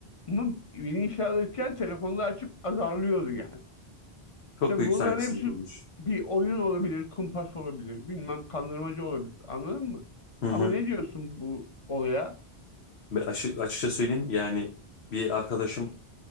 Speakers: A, on the left (about 35°); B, on the left (about 80°).
A: bunu beni işe alırken telefonla açıp azarlıyordu yani.
B: çok
A: Tabii
B: büyük
A: bunların
B: saygısızlık
A: hepsi
B: olmuş.
A: bir oyun olabilir, kumpas olabilir, bilmem kandırmacı olabilir. Anladın mı?
B: Hı
A: Ama
B: hı.
A: ne diyorsun bu olaya?
B: Ve aşı- açıkça söyleyeyim yani bir arkadaşımın